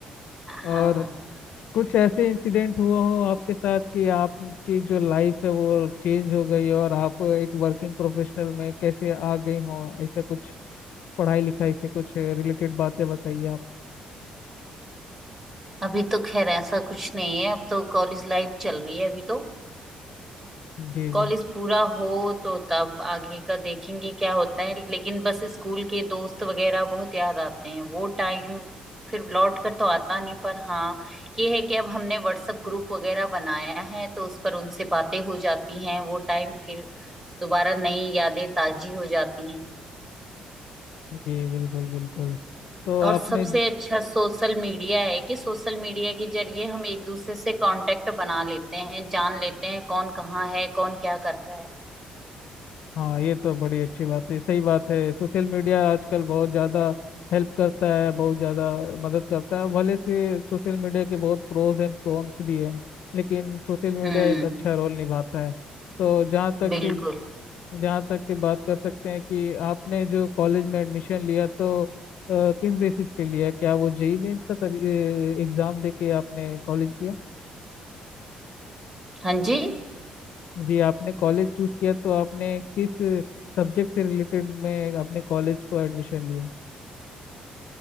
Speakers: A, on the right; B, on the left.
A: हाँ
B: और कुछ ऐसे इंसिडेंट हुआ हो आपके साथ कि आपकी जो लाइफ है वो चेंज हो गई और आप एक वर्किंग प्रोफेशनल में कैसे आ गई हो ऐसा कुछ पढ़ाई लिखाई से कुछ रिलेटेड बातें बताइए आप
A: अभी तो खैर ऐसा कुछ नहीं है अब तो कॉलेज लाइफ चल रही है अभी तो
B: जी
A: कॉलेज
B: जी
A: पूरा हो तो तब आगे का देखेंगे क्या होता है लेकिन बस स्कूल के दोस्त वगैरह बहुत याद आते हैं वो टाइम फिर लौट कर तो आता नहीं पर हाँ ये है कि अब हमने व्हाट्सएप ग्रुप वगैरह बनाया है तो उस पर उनसे बातें हो जाती हैं वो टाइम फिर दोबारा नई यादें ताजी हो जाती हैं
B: जी बिल्कुल बिल्कुल तो
A: और
B: आपने
A: सबसे
B: ज-
A: अच्छा सोशल मीडिया है कि सोशल मीडिया के जरिए हम एक दूसरे से कांटेक्ट बना लेते हैं जान लेते हैं कौन कहाँ है कौन क्या कर रहा है
B: हाँ ये तो बड़ी अच्छी बात है सही बात है सोशल मीडिया आजकल बहुत ज़्यादा हेल्प करता है बहुत ज़्यादा मदद करता है भले से सोशल मीडिया के बहुत प्रोज एंड कॉन्स भी हैं लेकिन सोशल मीडिया
A: हम्म
B: एक अच्छा रोल निभाता है तो जहाँ तक
A: बिल्कुल
B: कि जहाँ तक की बात कर सकते हैं कि आपने जो कॉलेज में एडमिशन लिया तो अ, किस बेसिस पे लिया क्या वो जेई मेंस का एग्ज़ाम दे के आपने कॉलेज लिया
A: हाँ जी
B: जी आपने कॉलेज चूज किया तो आपने किस सब्जेक्ट से रिलेटेड में अपने कॉलेज को एडमिशन लिया